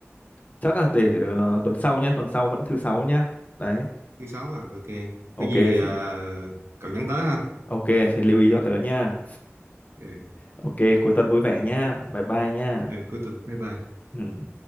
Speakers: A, on the left; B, on the right.
A: Chắc là để ờ, tuần sau nhá, tuần sau vẫn thứ sáu nhá. Đấy.
B: Thứ sáu à, ok.
A: Ok
B: Có gì
A: thì
B: ờ, cậu nhắn tới ha.
A: ok thì lưu ý cho tớ nha.
B: Ừ,
A: Ok, cuối tuần vui vẻ nha. Bye bye nha.
B: ừ, cuối tuần. Bye bye.
A: Ừ.